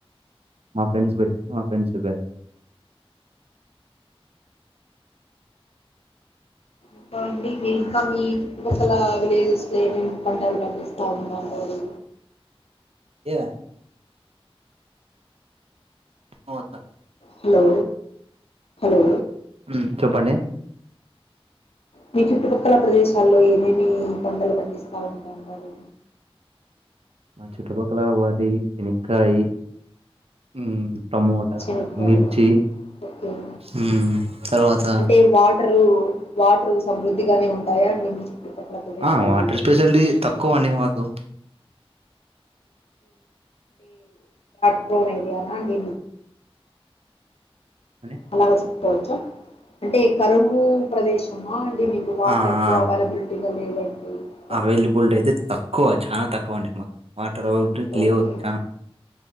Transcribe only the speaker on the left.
అకావండి మీరు ఇంకా మీ చుట్టుపక్కల విలేజెస్ లో ఏమమి పంటలు పంపిస్తా ఉంటాండరు
హలో హలో
మీ చుట్టుపక్కల ప్రదేశాల్లో ఏనేమి పంటలు పండిస్తా ఉంటాండరు
చనిపోవాలి
ఓకేం
అంటే వాటరు వాటర్ సమృద్ధిగానే ఉంటాయా అండి మీ చుట్టుపక్కల ప్రదేశాలలో
ప్రో ఏరియా అడి
అలా వచ్చి వచ్చా అంటే కరువు ప్రదేశమా అ అ మీకు వాటర్
ఎక్కువ
అవైలబిలిటీగా లేవంటే చెంది
ఓకే